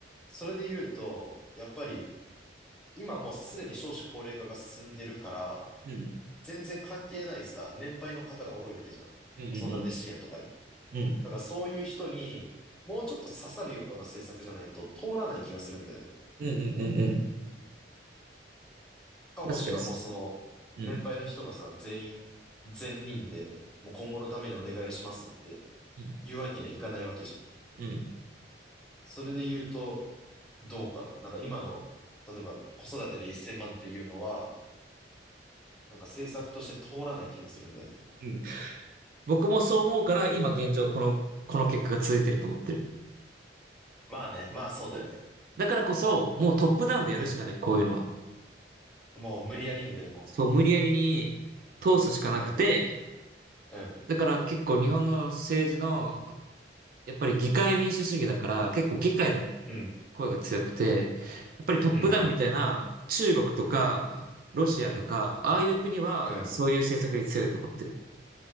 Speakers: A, in the centre; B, on the right.
A: それで言うと、やっぱり、今もうすでに少子高齢化が進んでるから、
B: うん。
A: 全然関係ないさ、年配の方が多いわけじゃん。
B: うんうんうん。
A: 子育て支援とかに。
B: うん。
A: なんかそういう人に、もうちょっと刺さるような政策じゃないと通らない気がするんだよね。
B: うんうんうんうん。
A: か、
B: 確かにす。
A: もしくはもうその、
B: うん。
A: 年配の人がさ、全員、全人で、もう今後のためにお願いしますって
B: うん。
A: 言うわけにはいかないわけじゃん。
B: うん。
A: それで言うと、どうかな。なんか今の、例えば子育てで1000万っていうのは、なんか政策として通らない気がするんだよね。
B: うん。僕もそう思うから、今現状この、この結果が続いてると思ってる。
A: まあね、まあそうだよね。
B: そうだからこそ、もうトップダウンでやるしかない、
A: うん。
B: こういうのは。
A: もう無理やりにでも。
B: そう、無理やりに通すしかなくて、
A: うん。うん。
B: だから結構日本の政治の、やっぱり議会民主主義だから、結構議会の
A: うん、
B: 声が強くて、やっぱりトップダウンみたいな中国とか、
A: うん、うん、
B: ロシアとか、
A: うん、
B: ああいう国はそういう政策に強いと思ってる。
A: うん。